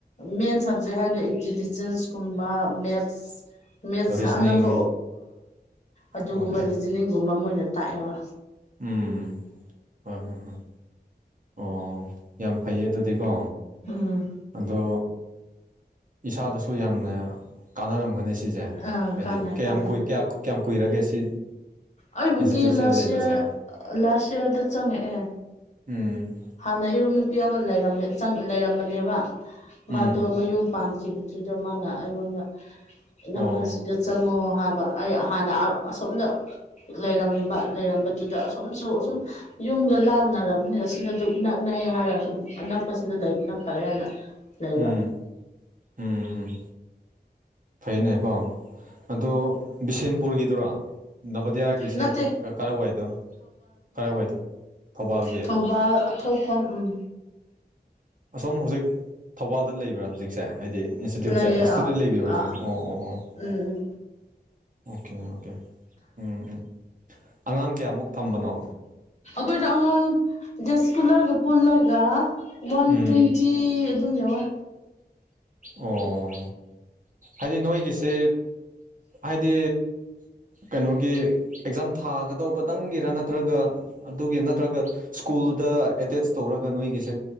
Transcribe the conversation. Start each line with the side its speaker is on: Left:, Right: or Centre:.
Left: ꯃꯦꯟ ꯁꯕꯖꯦꯛ ꯍꯥꯏꯔꯒ ꯏꯟꯇꯤꯂꯤꯖꯦꯟꯁꯀꯨꯝꯕ ꯃꯦꯠꯁ ꯃꯦꯠꯁꯅ
Right: ꯔꯤꯖꯅꯤꯡ
Left: ꯑꯅꯝꯕ ꯑꯗꯨꯒꯨꯝꯕ
Right: ꯑꯣꯀꯦ
Left: ꯔꯤꯖꯅꯤꯡꯒꯨꯝꯕ ꯑꯃ ꯑꯣꯏꯅ ꯇꯥꯛꯑꯦꯕ
Right: ꯎꯝ ꯍꯣꯏ ꯍꯣꯏ ꯑꯣ ꯌꯥꯝ ꯐꯩꯌꯦ ꯑꯗꯨꯗꯤꯀꯣ
Left: ꯎꯝ
Right: ꯑꯗꯣ ꯏꯁꯥꯗꯁꯨ ꯌꯥꯝꯅ ꯀꯥꯟꯅꯔꯝꯒꯅꯤ ꯁꯤꯁꯦ
Left: ꯑꯥ
Right: ꯍꯥꯏꯗꯤ
Left: ꯀꯥꯟꯅꯩ
Right: ꯀꯌꯥꯝꯨꯏ
Left: ꯀꯥꯟꯅꯩ
Right: ꯀꯌꯥꯝ ꯀꯨꯏꯔꯒꯦ ꯁꯤ
Left: ꯑꯩꯕꯨꯗꯤ
Right: ꯏꯟꯁꯇꯤꯇ꯭ꯌꯨꯠꯁꯤꯗ
Left: ꯂꯥꯁ
Right: ꯂꯩꯕꯁꯦ
Left: ꯏꯌꯥꯔ ꯂꯥꯁ ꯏꯌꯥꯔꯗ ꯆꯪꯉꯛꯑꯦ
Right: ꯎꯝ
Left: ꯍꯥꯟꯅ ꯏꯔꯨꯝ ꯅꯨꯄꯤ ꯑꯃ ꯂꯩꯔꯝꯃꯦ ꯂꯩꯔꯝꯕꯅꯦꯕ
Right: ꯎꯝ
Left: ꯃꯥꯗꯣ ꯃꯌꯨꯝ ꯄꯥꯟꯈꯤꯕꯗꯨꯗ ꯃꯥꯅ ꯑꯩꯉꯣꯟꯗ ꯅꯪ
Right: ꯑꯣ
Left: ꯑꯁꯤꯗ ꯆꯪꯉꯣ ꯍꯥꯏꯕ ꯑꯩ ꯍꯥꯟꯅ ꯑꯁꯣꯝꯅ ꯂꯩꯔꯝꯃꯤꯕ ꯂꯩꯔꯝꯕꯗꯨꯗ ꯑꯁꯣꯝꯁꯨ ꯑꯁꯨꯝ ꯌꯨꯝ ꯂꯥꯞꯅꯔꯕꯅꯦ ꯑꯁꯤꯅ ꯑꯗꯨꯛ ꯅꯛꯅꯩ ꯍꯥꯏꯔꯒ ꯁꯨꯝ ꯑꯅꯛꯄꯁꯤꯗ ꯂꯩꯕꯅ ꯐꯔꯦꯅ ꯂꯩꯕ
Right: ꯎꯝ ꯎꯝ ꯎꯝ ꯐꯩꯅꯦꯀꯣ ꯑꯗꯣ ꯕꯤꯁꯦꯟꯄꯨꯔꯒꯤꯗꯨꯔꯣ ꯅꯕꯣꯗꯤꯌꯥꯒꯤꯁꯦ
Left: ꯅꯠꯇꯦ
Right: ꯀꯔꯥꯏꯋꯥꯏꯗꯣ ꯀꯔꯥꯏꯋꯥꯏꯗ ꯊꯧꯕꯥꯜꯒꯤ
Left: ꯊꯧꯧꯕꯜ ꯑꯊꯐꯝ ꯎꯝ
Right: ꯑꯁꯣꯝ ꯍꯧꯖꯤꯛ ꯊꯧꯕꯥꯜꯗ ꯂꯩꯕ꯭ꯔꯥ ꯍꯧꯖꯤꯛꯁꯦ ꯍꯥꯏꯗꯤ ꯏꯟꯁꯇꯤꯇ꯭ꯌꯨꯠꯁꯦ
Left: ꯂꯩꯌꯦ
Right: ꯏꯟꯁꯇꯤꯇ꯭ꯌꯨꯠꯇ
Left: ꯑꯥ
Right: ꯂꯩꯕꯤꯔꯣ
Left: ꯑꯥ
Right: ꯍꯧꯖꯤꯛ ꯑꯣ ꯑꯣ ꯑꯣ
Left: ꯎꯝ ꯎꯝ
Right: ꯑꯣꯀꯦꯅꯦ ꯑꯣꯀꯦ ꯎꯝ ꯎꯝ ꯑꯉꯥꯡ ꯀꯌꯥꯃꯨꯛ ꯊꯝꯕꯅꯣ
Left: ꯑꯩꯈꯣꯏꯗ ꯑꯉꯥꯡ ꯖꯁ ꯀꯨꯂꯔꯒ ꯄꯨꯜꯂꯒ ꯋꯥꯟ
Right: ꯎꯝ
Left: ꯇ꯭ꯋꯦꯟꯇꯤ ꯑꯗꯨꯝ ꯌꯥꯎꯋ
Right: ꯑꯣ ꯍꯥꯏꯗꯤ ꯅꯣꯏꯒꯤꯁꯦ ꯍꯥꯏꯗꯤ ꯀꯩꯅꯣꯒꯤ ꯑꯦꯛꯖꯥꯝ ꯊꯥꯒꯗꯧꯕꯇꯪꯒꯤꯔ ꯅꯠꯇ꯭ꯔꯒ ꯑꯗꯨꯒꯤ ꯅꯠꯇ꯭ꯔꯒ ꯁ꯭ꯀꯨꯜꯗ ꯑꯦꯇꯦꯁ ꯇꯧꯔꯒ ꯅꯣꯏꯒꯤꯁꯦ